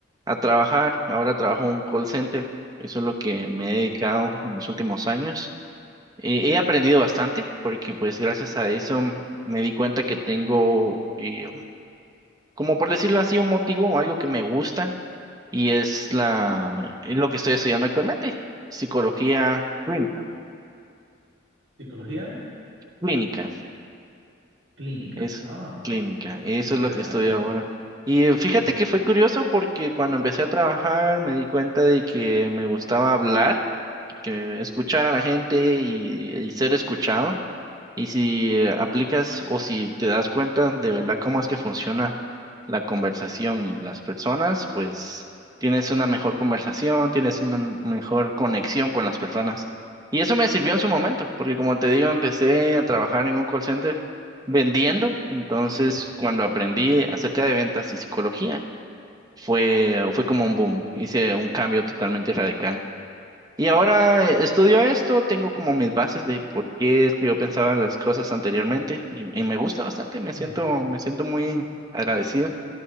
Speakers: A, on the right (about 20°); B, on the right (about 65°).
A: a trabajar. Ahora trabajo en un call center. Eso es lo que me he dedicado en los últimos años. Eh, he aprendido bastante porque pues gracias a eso m- me di cuenta que tengo, eh, como por decirlo así, un motivo o algo que me gusta y es la, es lo que estoy estudiando actualmente, psicología clínica.
B: psicología
A: clínica.
B: clínica.
A: Es
B: Ah,
A: clínica, eso
B: interesante.
A: es lo que estudio ahora. Y eh, fíjate que fue curioso porque cuando empecé a trabajar me di cuenta de que me gustaba hablar, que escuchar a la gente y, y ser escuchado. Y si eh, aplicas o si te das cuenta de verdad cómo es que funciona la conversación y las personas, pues tienes una mejor conversación, tienes una m- mejor conexión con las personas. Y eso me sirvió en su momento, porque como te digo, empecé a trabajar en un call center vendiendo. Entonces, cuando aprendí acerca de ventas y psicología, fue, fue como un boom. Hice un cambio totalmente radical. Y ahora eh, estudio esto, tengo como mis bases de por qué es que yo pensaba en las cosas anteriormente y, y me gusta bastante, me siento,
B: Mm.
A: me siento muy agradecido